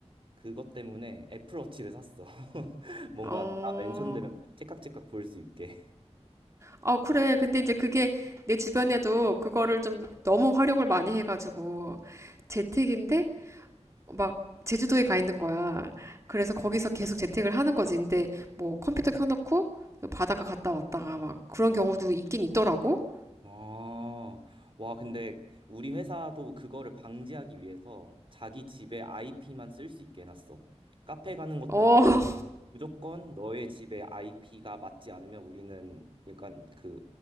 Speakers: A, on the right; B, on the right.
A: 그것 때문에 애플워치를 샀어. <laughs> 뭔가
B: 어.
A: 다 멘션되면 째깍째깍 보일 수 있게.
B: 아, 그래. 근데 이제 그게 내 주변에도 그거를 좀 너무 활용을 많이 해가지고 재택인데 막 제주도에 가 있는 거야. 그래서 거기서 계속 재택을 하는 거지. 근데 뭐 컴퓨터 켜놓고 바닷가 갔다 왔다가 막 그런 경우도 있긴 있더라고.
A: 아, 와, 근데 우리 회사도 그거를 방지하기 위해서 자기 집에 IP만 쓸 수 있게 해놨어. 카페 가는 것도
B: 어,
A: 안 되고,
B: <laughs>
A: 무조건 너의 집에 IP가 맞지 않으면 우리는 약간 그